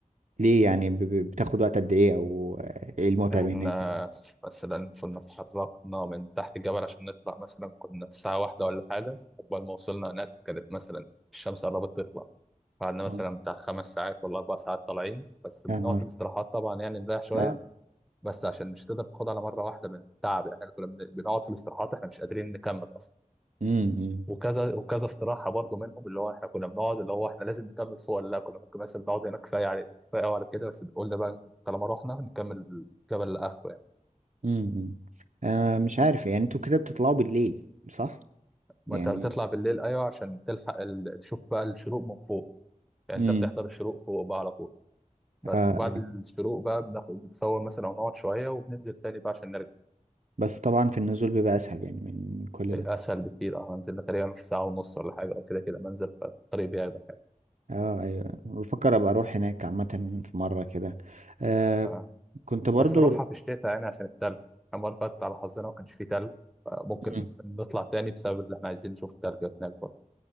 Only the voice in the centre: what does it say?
احنا
مثلا كنا اتحركنا من تحت الجبل عشان نطلع مثلا كنا الساعة واحدة ولا حاجة قبل ما وصلنا هناك كانت مثلا الشمس قربت تطلع قعدنا مثلا
بتاع خمس ساعات ولا اربع ساعات طالعين بس بنقعد
في الاستراحات طبعا يعني نريح شويه
بس عشان مش هتقدر تاخد على مره واحده من التعب يعني احنا كنا بن- بنقعد في الاستراحات احنا مش قادرين نكمل اصلا
وكذا وكذا استراحه برضو منهم اللي هو احنا كنا بنقعد اللي هو احنا لازم نكمل فوق ولا لا كنا ممكن مثلا نقعد هنا كفايه على كفايه قوي على كده بس قلنا بقى طالما رحنا نكمل الجبل لاخره يعني
ما
انت بتطلع بالليل ايوه عشان تلحق ال... تشوف بقى الشروق من فوق يعني
انت بتحضر الشروق فوق بقى على طول بس
وبعد الشروق بقى بناخد بنتصور مثلا ونقعد شويه وبننزل تاني بقى عشان نرجع
اسهل
بكتير اه هنزل لها تقريبا في ساعه ونص ولا حاجه او كده كده منزل فالطريق بياخدك يعني.
آه.
بس روحها في الشتاء يعني عشان التلج المره اللي فاتت على حظنا ما كانش فيه تلج ممكن
نطلع تاني بسبب اللي احنا عايزين نشوف التلج هناك برضه